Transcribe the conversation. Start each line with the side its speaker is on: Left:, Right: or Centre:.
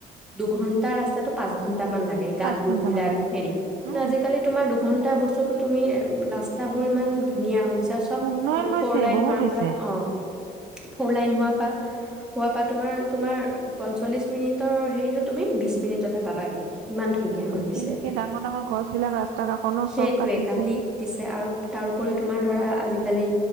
Centre: দুঘণ্টাৰ ৰাস্তাটো পাঁচঘন্টা গাত
Right: পাঁচ
Centre: গোট
Right: ঘন্টা
Centre: বিলাক
Right: মান লাগে
Centre: হেৰি,
Right: উম
Centre: আজিকালি তোমাৰ দুঘন্টা বস্তুতো তুমি ৰাস্তা বোৰ ইমান ধুনীয়া হৈ গৈছে চব
Right: উন্নয়ন হৈছে
Centre: ফ'ৰ লাইন
Right: বহুত
Centre: হোৱাৰ
Right: হৈছে
Centre: পৰা অ, ফৰ লাইন হোৱাৰ পৰা হোৱা পৰা তোমাৰ তোমাৰ পঞ্চল্লিশ মিনিটৰ হেৰিটো তুমি বিশ মিনিটতে পাবাগে। ইমান ধুনীয়া হৈ গৈছে,
Right: কিন্তু সেই ডাঙৰ ডাঙৰ গছ বিলাক ৰাস্তা কাষৰ ন
Centre: সেইটোৱে
Right: চব কাটিছে
Centre: কাটি দিছে আৰু তাৰওপৰি তোমাৰ ধৰা আজি আজিকালি